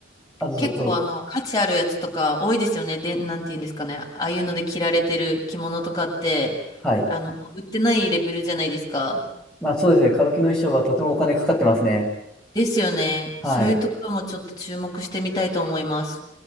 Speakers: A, in the centre; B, on the left.
A: あ、どうぞ、
B: 結構あの、
A: どうぞ。
B: 価値あるやつとか多いですよね。で、なんて言うんですかね。ああいうので着られてる着物とかって、
A: はい。
B: あの、もう売ってないレベルじゃないですか。
A: まあ、そうですね。歌舞伎の衣装はとてもお金かかってますね。
B: ですよね。
A: はい。
B: そういうところもちょっと注目してみたいと思います。